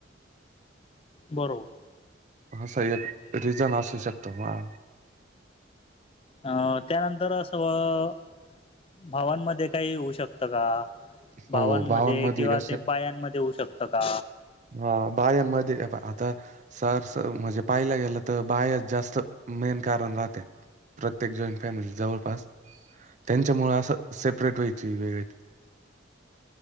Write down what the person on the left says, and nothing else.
बरोबर,
अ त्यानंतर असं बॉ, भावांमध्ये काही होऊ शकतं का, भावांमध्ये
किंवा
त्या बायांमध्ये होऊ शकतं का,